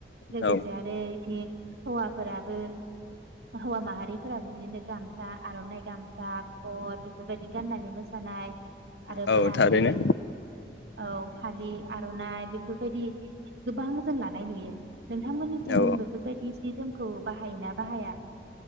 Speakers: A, on the right; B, on the left.
A: लोगोसे
B: औ
A: आरो बिथिं हौवा। फोराबो हौवा माहारिफोराबो बिदिनो गामसा आरनाइ गामसा खद बेफोरबायदि गाननानै मोसानाय आरो
B: औ
A: फालि
B: थारैनो
A: औ फालि आरनाइ बेफोरबायदि गोबां जों लानाय नुयो। नोंथांमोननिथिं
B: औ
A: बेफोरबायदि जि जोम खौ बाहायोना बाहाया